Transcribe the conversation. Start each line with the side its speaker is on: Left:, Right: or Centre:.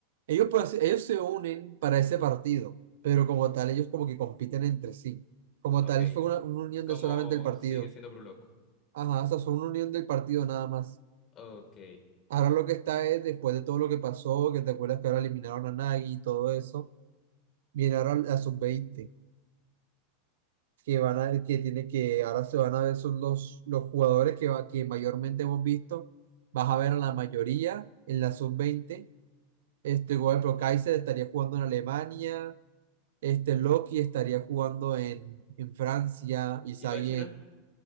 Right: Ellos, pues, ellos se unen para ese partido, pero como tal ellos como que compiten entre sí. Como
Left: Ok,
Right: tal fue una, una unión
Left: ¿cómo
Right: de solamente el partido.
Left: sigue siendo Brulock?
Right: Ajá, o sea, fue una unión del partido nada más.
Left: Ok.
Right: Ahora lo que está es, después de todo lo que pasó, que te acuerdas que ahora eliminaron a Nagi y todo eso, viene ahora la sub veinte que van a, que tiene que ahora se van a ver son los, los jugadores que, va- que mayormente hemos visto. Vas a ver a la mayoría en la sub veinte Este, por ejemplo, Kaiser estaría jugando en Alemania, este Loki estaría jugando en, en Francia, Isagi
Left: ¿Y Bachira?
Right: en